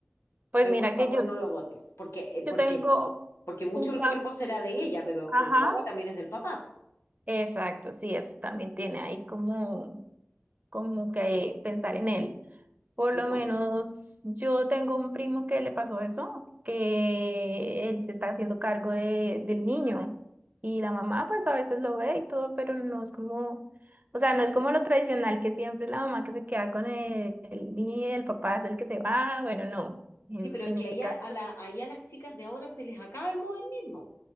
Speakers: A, on the right; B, on the left.
A: Pues
B: Pero
A: mira
B: por favor
A: que yo,
B: no lo votes, porque, eh,
A: yo
B: porque
A: tengo
B: Porque mucho
A: un
B: el
A: pan.
B: cuerpo será de ella, pero el
A: Ajá.
B: guagua también es del papá.
A: Exacto, sí, eso también tiene ahí como, como que pensar en él. Por
B: Sí,
A: lo
B: po.
A: menos yo tengo un primo que le pasó eso, que él se está haciendo cargo de- del niño y la mamá pues a veces lo ve y todo, pero no es como, o sea, no es como lo tradicional que siempre la mamá que se queda con el, el niño y el papá es el que se va, bueno, no, en,
B: Sí, pero es
A: en
B: que
A: este
B: ahí
A: caso.
B: a, a la- ahí a las chicas de ahora se les acaba el modernismo.